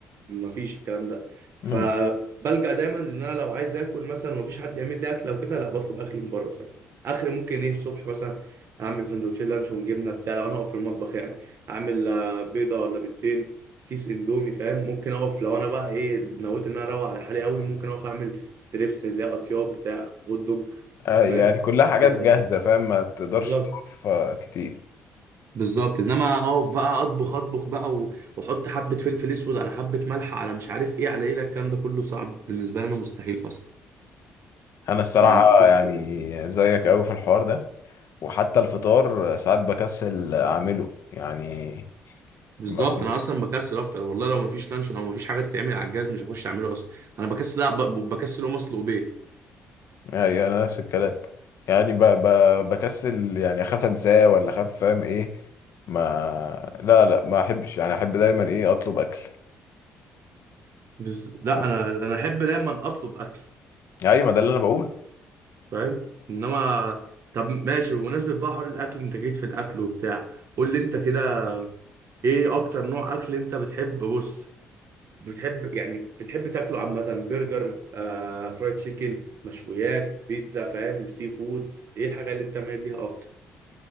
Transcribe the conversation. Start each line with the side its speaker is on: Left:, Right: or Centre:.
Right: مفيش الكلام ده فبلجأ
Left: اكل
Right: دايما ان انا لو عايز اكل مثلا ومفيش حد يعمل لي اكل او كده لا بطلب اكل من بره مثلا اخر ممكن ايه الصبح مثلا اعمل سندوتشين لانشون جبنه بتاع لو انا هقف في المطبخ يعني اعمل آه، بيضه ولا بيضتين كيس اندومي فاهم ممكن اقف لو انا بقى ايه نويت ان انا اروق على حالي قوي ممكن اقف اعمل ستريبس اللي هي اطياب بتاع هوت دوج
Left: آه، يعني
Right: فاهم
Left: كلها حاجات
Right: جاهز
Left: جاهزة
Right: اصلا
Left: فاهم ما تقدرش
Right: بالظبط
Left: تقف آه، كتير
Right: بالظبط انما اقف بقى اطبخ اطبخ بقى و- واحط حبه فلفل اسود على حبه ملح على مش عارف ايه على ايه لا الكلام ده كله صعب بالنسبه لي انا مستحيل اصلا
Left: انا الصراحة
Right: ما عنديش تل-
Left: يعني زيك قوي في الحوار ده وحتى الفطار آه، ساعات بكسل اعمله يعني
Right: بالظبط
Left: بقوم
Right: انا اصلا بكسل افطر والله لو ما فيش لانشون او ما فيش حاجه تتعمل على الجهاز مش هخش اعمله اصلا انا بكسل لا ب- بكسل اقوم اصل وبيت
Left: آه، يعني انا نفس الكلام يعني ب... ب... بكسل يعني اخاف انساه ولا اخاف فاهم ايه ما لا لا ما احبش يعني احب دايما ايه اطلب اكل
Right: بز... لا
Left: آه،
Right: انا انا احب دايما اطلب اكل
Left: ايوه ما ده اللي انا بقول
Right: فاهم انما طب ماشي بمناسبه بقى حوار الاكل انت جيت في الاكل وبتاع قول لي انت كده ايه اكتر نوع اكل انت بتحب بص بتحب يعني بتحب تاكله عامة برجر آه، فرايد تشيكن مشويات بيتزا فاهم سي فود ايه الحاجة اللي انت مايل ليها اكتر